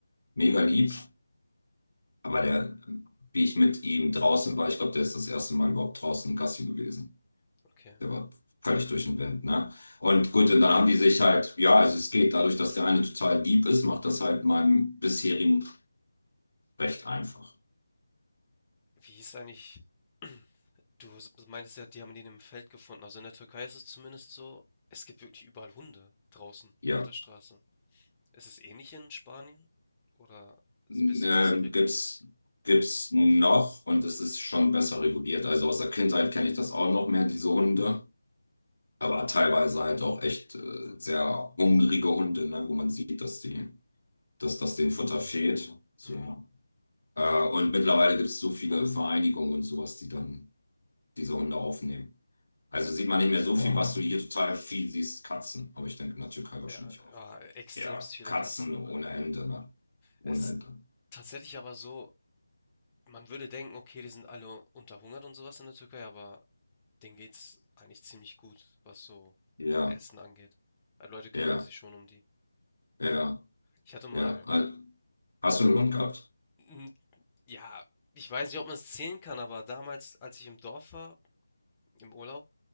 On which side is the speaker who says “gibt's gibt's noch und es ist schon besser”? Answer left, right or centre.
Left